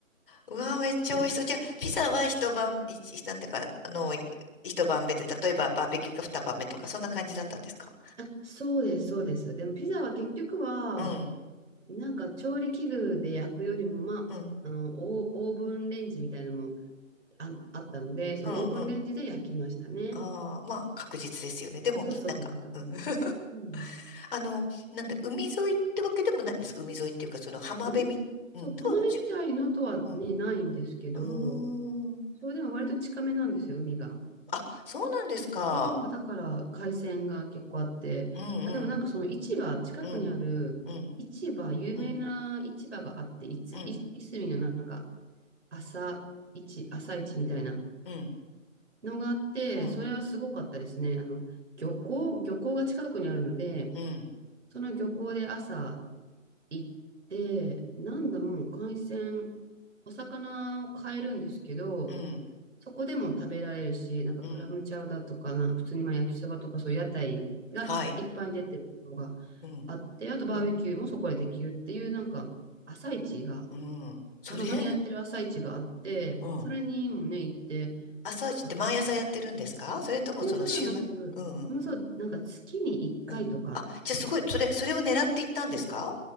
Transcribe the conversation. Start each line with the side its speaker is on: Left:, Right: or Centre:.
Left: うわー、めっちゃ美味しそう。
Right: ま
Left: じゃあ、ピザは一晩、一、なんていうか、あの、い一晩目で、例えばバーベキューが二晩目とか、そんな感じだったんですか
Right: あ、あ、そうです、そうです。でもピザは結局は、
Left: うん、
Right: なんか調理器具で焼くよりも、まあ、
Left: うん、
Right: あの、オー、オーブンレンジみたいなのもあ、あったので、そのオーブンレンジで焼きましたね。
Left: うん、うん。ああ、まあ、確実ですよね。でも、
Right: そうそうそう、
Left: なんか、
Right: 確率。
Left: うん <laughs>
Right: うん。
Left: あの、なんだ、海沿いってわけでもないんですか。海沿いっていうか、その浜辺み、
Right: う
Left: うん、
Right: そう、
Left: とは違
Right: 浜辺みたいのとはね、
Left: う。
Right: ないんですけど、
Left: うん、うーん。
Right: そう、でも割と近めなんですよ、海が。
Left: あ、そうなんですか。
Right: そう、だから海鮮が結構あって、
Left: うん、
Right: あ、でもなんかその市場、
Left: うん、
Right: 近くにある市場、
Left: うん、うん、
Right: 有名な市場があって、
Left: うん、
Right: いつ、
Left: うん、
Right: い、いすみのなんか朝市、朝市みたいな
Left: うん、
Right: のがあって、
Left: うん、うん、
Right: それはすごかったですね。あの、漁港、漁港が近くにあるので、
Left: うん、
Right: その漁港で朝行って、なんだもう海鮮、お魚を買えるんですけど、
Left: うん、
Right: そこでも食べられるし、なんかクラムチャウダーとかな、
Left: うん、
Right: 普通にまあ焼きそばとかそういう屋台がいっぱい出てるところが
Left: はい。うん、
Right: あって、あとバーベキューもそこでできるっていう、
Left: うん
Right: なんか朝市が、
Left: うん。
Right: たまにやってる朝市があって、
Left: それうん。
Right: それにもね、行って、
Left: 朝一って毎朝やってるんですかそれともその週末うんうん。
Right: なんか毎朝ではなく、うんそう、なんか月に1回とか、
Left: うん。あ、じゃあすごい、それ、それを狙っていったんですか